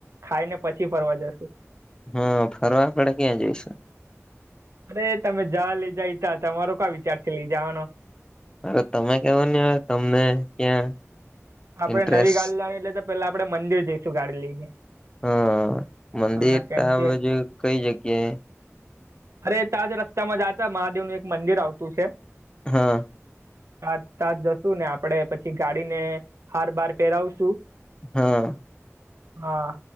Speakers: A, on the right (about 65°); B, on the left (about 15°).
A: ખાઈને પછી ફરવા જશુ
B: હમ્મ ફરવા આપડે ક્યાં જઈશું
A: અરે તમે જા લઈ જાય તા તમારો કા વિચાર છે લઈ જવાનો
B: અરે તમે કેવો નહી હ તમને ક્યાં
A: આપડણે
B: ઇન્ટરેસ્ટ
A: નવી ગાડી લા એટલે તો પેલા આપડે મંદિર જઈશું ગાડી લઈને
B: હા મંદિર
A: હા કેમ
B: તો આજ
A: કે
B: કઈ જગ્યાએ
A: અરે ત્યાંજ રસ્તામાં જતા મહાદેવ નું એક મંદિર આવતું છે
B: હા
A: હાજ તાજ જશુ ને આપડે પછી ગાડીને હાર બાર પહેરાવશું.
B: હા.
A: હા